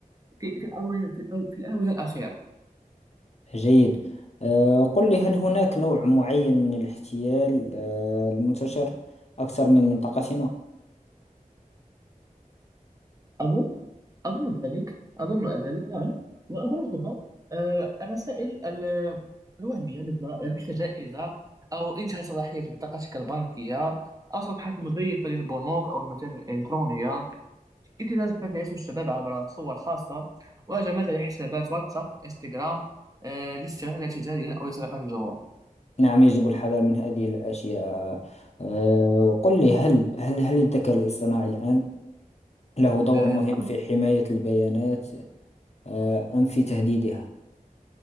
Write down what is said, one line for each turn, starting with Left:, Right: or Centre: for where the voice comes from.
Right: في في الآونة في الآو- في الآونة الأخيرة
Left: جيد آه، قل لي هل هناك نوع معين من الاحتيال آه، المنتشر أكثر من منطقتنا؟
Right: أظن أظن ذلك أظن ذلك نعم وأبرزها آه، الرسائل ال- الوهمية مثل ربحت جائزة أو انتهى صلاحية بطاقتك البنكية أو صفحات مزيفة للبنوك أو المتاجر الإلكترونية ابتزاز ما تعيشه الشباب عبر صور خاصة وهجمات على حسابات واتساب وإنستغرام آه، لاستغلال تجاريا أو لسرقة الجمهور
Left: نعم يجب الحذر من هذه الأشياء آه، وقل لي هل هل هل الذكاء الاصطناعي الآن له دور
Right: آه،
Left: مهم
Right: نعم
Left: في حماية البيانات آه، أم في تهديدها؟